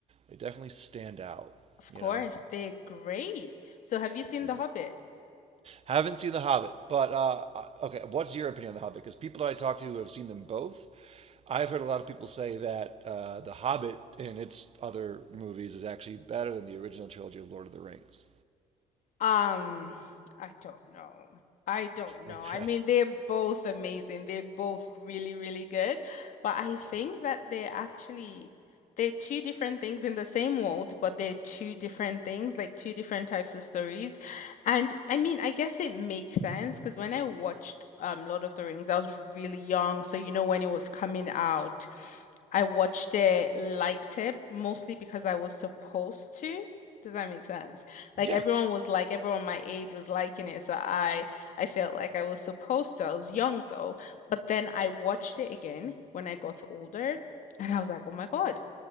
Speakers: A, on the right; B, on the left.
A: They definitely stand out.
B: Of course,
A: You know.
B: they're great. So, have you seen
A: Yeah.
B: The Hobbit?
A: Haven't seen The Hobbit, but uh, okay. What's your opinion on The Hobbit? Because people that I talk to have seen them both, I've heard a lot of people say that uh, The Hobbit and its other movies is actually better than the original trilogy of Lord of the Rings.
B: Um, I don't know. I don't know.
A: Okay.
B: I mean, they're both amazing. They're both really, really good. But I think that they're actually they're two different things in the same world, but they're two different things, like two different types of stories. And I mean, I guess it makes sense because when I watched um Lord of the Rings, I was really young, so you know when it was coming out, I watched it, liked it, mostly because I was supposed to. Does that make sense? Like
A: Yeah.
B: everyone was like everyone my age was liking it, so I I felt like I was supposed to. I was young though, but then I watched it again when I got older, and I was like, "Oh my God,